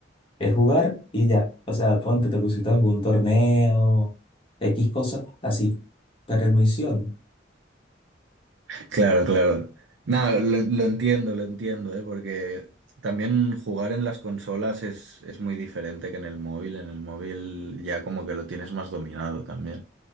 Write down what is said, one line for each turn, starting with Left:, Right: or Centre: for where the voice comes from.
Left: Es jugar y ya. O sea, ponte, te pusiste algún torneo, X cosas, así. Pero en misión.
Right: Claro, claro. Nada, lo, lo entiendo, lo entiendo, ¿eh? Porque también jugar en las consolas es, es muy diferente que en el móvil. En el móvil ya como que lo tienes más dominado también.